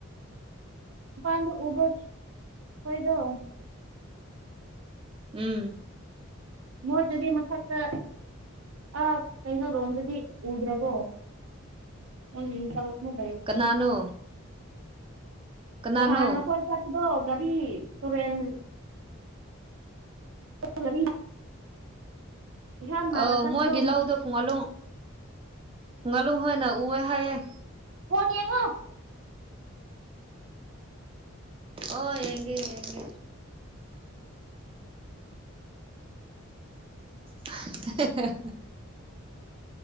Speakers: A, on the right (about 65°); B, on the right (about 25°).
A: ꯎꯄꯥꯥꯟꯗ ꯎꯕꯠ ꯑꯣꯏꯣꯏꯗꯣ
B: ꯎꯝ
A: ꯃꯣꯏ ꯑꯗꯨꯗꯤ ꯃꯊꯛꯇ ꯑ ꯀꯩꯅꯣ ꯔꯣꯝꯗꯗꯤ ꯎꯗ꯭ꯔꯕꯣ ꯅ ꯍ ꯂꯩ
B: ꯀꯅꯥꯅꯣ ꯀꯅꯥꯅꯣ
A: ꯅꯍꯥꯟ ꯃꯈꯣꯏ ꯆꯠꯄꯗꯣ ꯘꯔꯤ ꯇꯨꯔꯦꯟ <inaudible> ꯏꯍꯥꯟ ꯍꯥꯟꯅ
B: ꯑ
A: ꯆꯠꯄꯗꯣ
B: ꯃꯣꯏꯒꯤ
A: ꯑꯃꯨꯛ
B: ꯂꯧꯗꯣ ꯄꯨꯡꯉꯥꯂꯣꯡ ꯄꯨꯡꯉꯥꯂꯣꯡ ꯍꯣꯏꯅ ꯎꯑꯦ ꯍꯥꯏꯌꯦꯦ
A: ꯀꯅꯤ ꯌꯦꯉꯣ
B: ꯑꯣ ꯌꯦꯡꯒꯦ ꯌꯦꯡꯒꯦ ꯍ